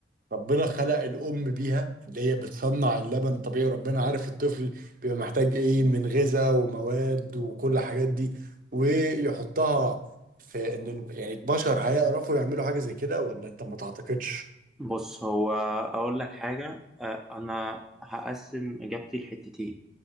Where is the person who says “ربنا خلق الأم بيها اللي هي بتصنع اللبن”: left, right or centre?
Right